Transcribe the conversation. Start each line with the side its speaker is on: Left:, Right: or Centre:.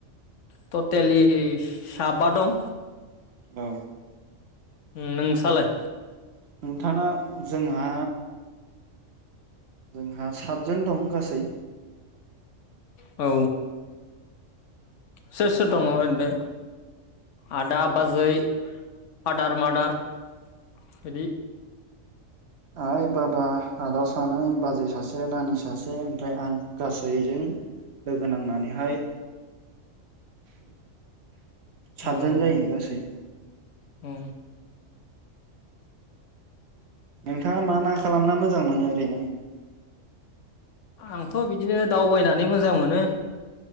Left: टटेलि साबा दं।
Right: औ।
Left: उम नोंसालाय
Right: नोंथाङा जोंहा जोंहा सादजन दं गासै
Left: औ सोर सोर दङ ओरैनो? आदा
Right: ओरैनो
Left: बाजै। फादार मादार मादार इदि।
Right: आइ बाबा आदा सानै बाजै सासे नानि सासे ओमफ्राय आं गासैजों लोगो नांनानैहाय।
Left: औ
Right: सादजोन जायो गासै।
Left: औ।
Right: नोंथाङा मा मा खालामना मोजां मोनो ओरैनो?
Left: आंथ बिदिनो दावबायनानै मोजां मोनो।